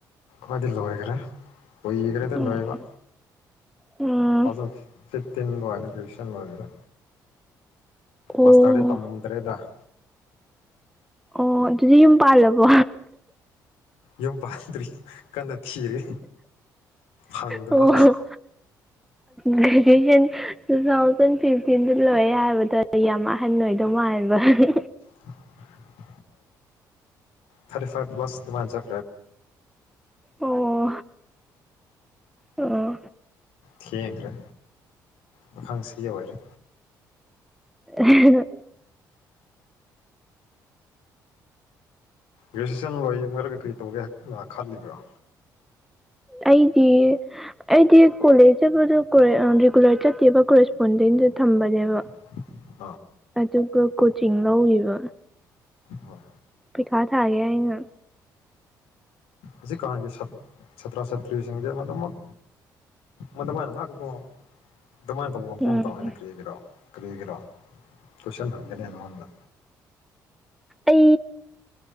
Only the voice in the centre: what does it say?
ꯎꯝ
ꯎꯝ
ꯑꯣ
ꯑꯣ ꯑꯗꯨꯗꯤ ꯌꯨꯝ ꯄꯥꯜꯂꯕꯣ
ꯑꯣ ꯒ꯭ꯔꯦꯖꯨꯑꯦꯁꯟ ꯇꯨ ꯊꯥꯎꯖꯟ ꯐꯤꯐꯇꯤꯟꯗ ꯂꯣꯏꯦ ꯍꯥꯏꯕꯗ ꯌꯥꯝ ꯑꯍꯟ ꯑꯣꯏꯗꯧ ꯃꯥꯜꯕ ꯎ
ꯑꯣ ꯑꯣ
ꯑ
ꯑꯩꯗꯤ ꯑꯩꯗꯤ ꯀꯣꯂꯦꯖ ꯆꯠꯗ ꯔꯤꯒꯨꯂꯔ ꯆꯠꯇꯦꯕ ꯀꯣꯔꯦꯖꯄꯣꯟꯗꯩ ꯁꯨ ꯊꯝꯕꯅꯦꯕ
ꯑꯆꯄ ꯀꯣꯆꯤꯡ ꯂꯧꯔꯤꯕ
ꯄꯤꯀꯥ ꯊꯥꯒ ꯏꯩꯅ
ꯎꯝ
ꯑꯩ